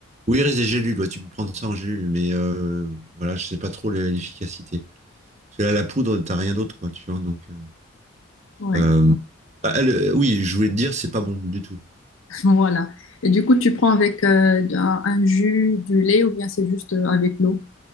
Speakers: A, on the right; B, on the left.
A: Oui, il reste des gélules, ouais, tu peux prendre ça en gélule, mais euh, voilà, je sais pas trop l'e- l'efficacité. Parce que là, la poudre, t'as rien d'autre, quoi, tu vois. Donc, euh,
B: Ouais.
A: euh, ah, le- oui, je voulais te dire, c'est pas bon du tout.
B: Voilà. Et du coup, tu prends avec euh, un, un jus, du lait ou bien c'est juste euh, avec l'eau?